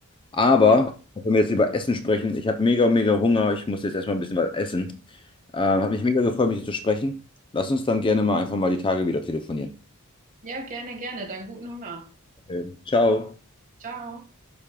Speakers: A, on the left (about 25°); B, on the right (about 40°).
A: Aber,
B: Ja,
A: wenn wir jetzt über Essen sprechen, ich habe mega, mega Hunger. Ich muss jetzt erstmal ein bisschen was essen. Äh, hat mich mega gefreut, mit dir zu sprechen. Lass uns dann gerne mal einfach mal die Tage wieder telefonieren.
B: ja, gerne, gerne. Dann guten Hunger.
A: Okay. Ciao.
B: Ciao.